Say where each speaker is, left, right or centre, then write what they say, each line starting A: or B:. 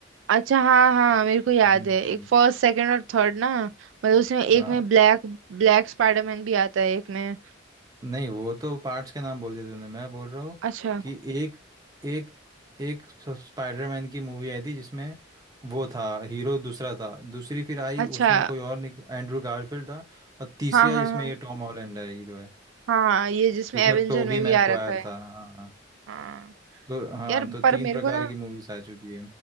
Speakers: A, on the right (about 80°); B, on the right (about 20°).
A: अच्छा हाँ हाँ मेरे को याद
B: हम्म
A: है एक फर्स्ट सेकंड और थर्ड ना मतलब उसमें एक
B: आ,
A: में ब्लैक ब्लैक स्पाइडरमैन भी आता है एक में
B: नहीं वो तो पार्ट्स के नाम बोल दिए तूने मैं बोल रहा हूँ
A: अच्छा
B: कि एक एक एक स- स्पाइडरमैन की मूवी आई थी जिसमें वो था हीरो दूसरा था दूसरी फिर आई
A: अच्छा
B: उसमें कोई और निक एंड्रू गारफील्ड था और तीसरी
A: हाँ
B: आई
A: हाँ
B: जिसमें ये टॉम हॉलैंड है हीरो है
A: हाँ हाँ ये जिसमें
B: एक
A: एवेंजर
B: में टोबी
A: में
B: मैगवायर
A: भी आ रखा है
B: था हाँ
A: हाँ
B: तो हाँ
A: यार
B: तो
A: पर
B: तीन
A: मेरे
B: प्रकार
A: को ना
B: की मूवीज आ चुकी